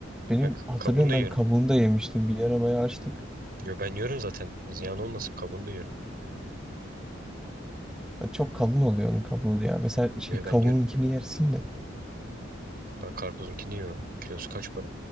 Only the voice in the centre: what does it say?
Benim
hatırlıyorum
ben
kabuğunu da yemiştim. Bir ara bayağı açtık.
Ya Çok kalın oluyor onun kabuğu ya. Mesela şey
kabuğununkini
yersin de